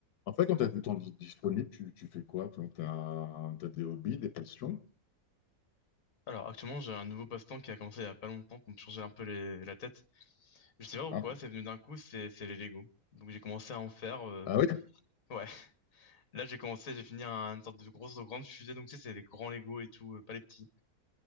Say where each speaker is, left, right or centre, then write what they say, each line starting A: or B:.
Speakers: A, on the left; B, on the left.
A: En fait, quand tu as du temps di- disponible, tu, tu fais quoi? Toi, t'as, t'as des hobbies, des passions?
B: Alors actuellement j'ai un nouveau passe-temps qui a commencé il y a pas longtemps pour me changer un peu les- la tête. Je sais pas pourquoi,
A: Ah,
B: c'est venu d'un coup, c'est c'est les Lego. Donc j'ai commencé à en faire. euh,
A: Ah oui,
B: Ouais, <laughs> là j'ai commencé, j'ai fini un- une sorte de grosse, de grande fusée. Donc tu sais, c'est des grands Lego et tout, euh, pas les petits.